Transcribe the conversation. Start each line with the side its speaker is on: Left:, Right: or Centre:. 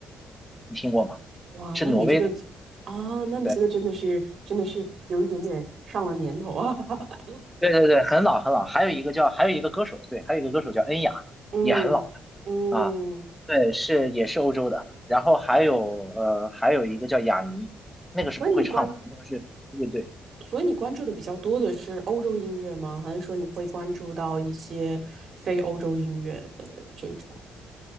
Centre: 你听过吗？
Right: 哇，
Centre: 是挪威的，
Right: 那你这个真啊，那你这个真的是真的是有一点点上了年头啊。
Centre: 对
Right: <laughs>
Centre: 对对对，很老很老，还有一个叫还有一个歌手，对，还有一个歌手叫恩雅，
Right: 嗯嗯，
Centre: 也很老了啊，对，是也是欧洲的，然后还有呃还有一个叫雅尼，那个是不会唱的，
Right: 所以你关，
Centre: 那个是乐队。
Right: 所以你关注的比较多的是欧洲音乐吗？还是说你会关注到一些非欧洲音乐的这种？